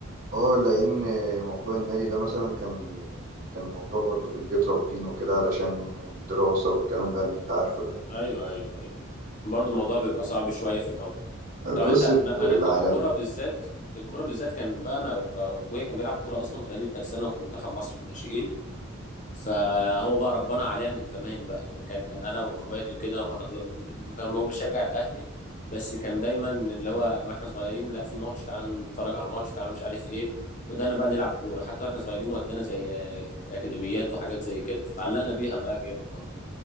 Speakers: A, on the right (about 40°); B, on the left (about 40°).
A: اه لأن موضوع النادي ده مثلا كان كان موضوع برضه في البيت رافضين وكده علشان الدراسة والكلام بقى اللي انت عارفه ده
B: ايوه ايوه ايوه برضه الموضوع بيبقى صعب شوية في الاول
A: <laughs>
B: طب
A: قصة
B: انت انا
A: العالمي
B: انا كنت كوره بالذات الكوره بالذات كان بقى انا ابويا كان بيلعب كوره اصلا في نادي الترسانه وفي منتخب مصر في الناشئين فهو بقى ربنا عليها من زمان بقى يعني كان انا واخواتي وكده كنا طلب كان هو بيشجع الاهلي بس كان دايما اللي هو واحنا صغيرين لا في ماتش تعالوا نتفرج على الماتش تعالوا مش عارف ايه بدأنا بقى نلعب كوره حتى واحنا صغيرين ودانا زي اكاديميات وحاجات زي كده فتعلقنا بيها بقى جامد برضه